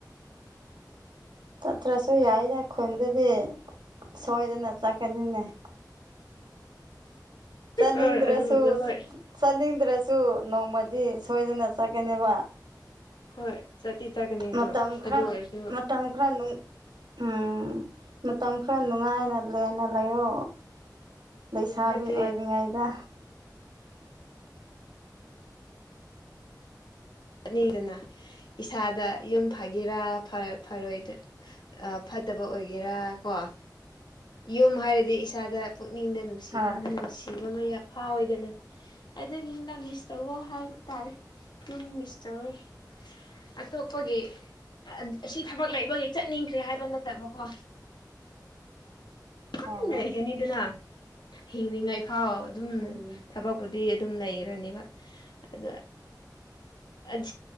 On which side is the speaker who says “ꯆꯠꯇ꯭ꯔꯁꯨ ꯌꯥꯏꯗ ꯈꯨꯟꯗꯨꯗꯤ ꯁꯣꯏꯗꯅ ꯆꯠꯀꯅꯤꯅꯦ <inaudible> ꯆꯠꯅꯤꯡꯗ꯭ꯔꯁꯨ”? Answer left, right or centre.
Right